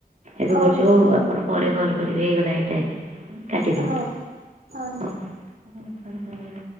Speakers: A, on the right; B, on the right.
A: ଏବେ କରୁଛି
B: ଓହୋ
A: ହଉ ଆପଣ? ପରେ କଲ କରିବି ହେଇଗଲାଣି ଟାଇମ କାଟିଦିଅନ୍ତୁ
B: ହଉ ହଉ।
A: ହଉ। <unintelligible>